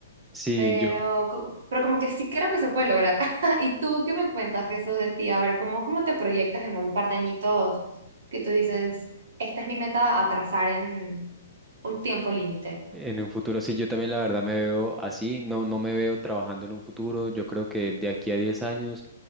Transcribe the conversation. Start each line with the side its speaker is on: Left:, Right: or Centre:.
Centre: Sí,
Right: Pero,
Centre: yo.
Right: co- pero como que sí creo que se puede lograr. <laughs> ¿Y tú qué me cuentas, Jesús, de ti? A ver, ¿cómo, cómo te proyectas en un par de añitos que tú dices, esta es mi meta, atrasar en un tiempo límite?
Centre: En un futuro, sí, yo también la verdad me veo así, no, no me veo trabajando en un futuro, yo creo que de aquí a 10 años